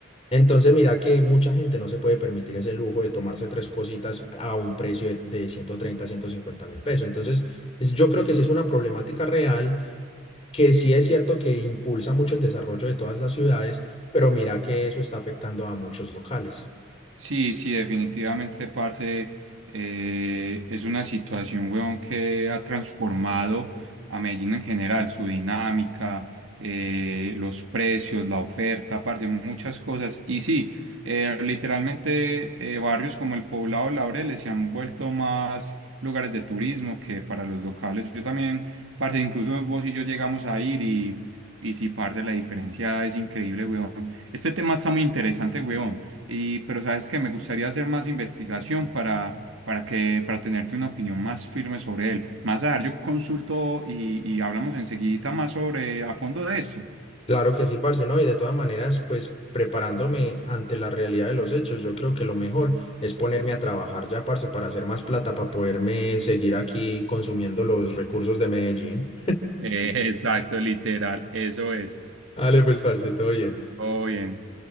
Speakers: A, on the left; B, on the right.
A: Entonces mira que mucha gente no se puede permitir ese lujo de tomarse tres cositas a un precio de, de ciento treinta ciento cincuenta mil pesos. Entonces es- yo creo que sí es una problemática real que sí es cierto que impulsa mucho el desarrollo de todas las ciudades, pero mira que eso está afectando a muchos locales.
B: Sí, sí, definitivamente, parce, eh, es una situación, weón, que ha transformado a Medellín en general, su dinámica, eh, los precios, la oferta, parce, muchas cosas. Y sí, eh, literalmente eh, barrios como el Poblado Laureles se han vuelto más lugares de turismo que para los locales. Yo también, parce, incluso vos y yo llegamos a ir y, y sí, parce, la diferencia es increíble, weón. Este tema está muy interesante, weón. Y, pero sabes que me gustaría hacer más investigación para, para que, para tenerte una opinión más firme sobre él. Más a yo consulto y, y hablamos enseguida más sobre a fondo de esto. <laughs>
A: Claro que sí, parce, ¿no? Y de todas maneras, pues preparándome ante la realidad de los hechos, yo creo que lo mejor es ponerme a trabajar ya, parce, para hacer más plata, para poderme seguir aquí consumiendo los recursos de Medellín.
B: Eh, exacto, literal, eso es.
A: <laughs> Dale, pues, parce, todo bien.
B: Todo bien.